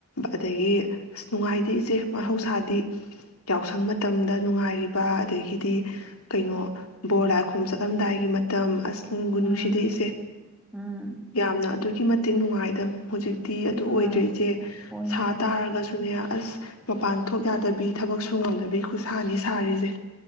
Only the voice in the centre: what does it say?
ꯎꯝ
ꯎꯝ
ꯅꯨꯡꯉꯥꯏ
ꯑꯣꯏꯗ꯭ꯔꯦ